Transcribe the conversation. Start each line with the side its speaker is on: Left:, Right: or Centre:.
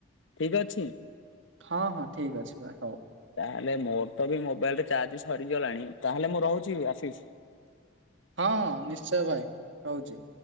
Left: ଠିକ୍ ଅଛି।
Right: ହଁ- ହଁ ଠିକ୍ ଅଛି ଭାଇ ହଉ।
Left: ତାହେଲେ ମୋର ତ ବି ମୋବାଇଲରେ ଚାର୍ଜ ସରିଗଲାଣି ତାହେଲେ ମୁଁ ରହୁଚି ଆଶିଶ୍।
Right: ହଁ ନିଶ୍ଚୟ ଭାଇ ରହୁଚି।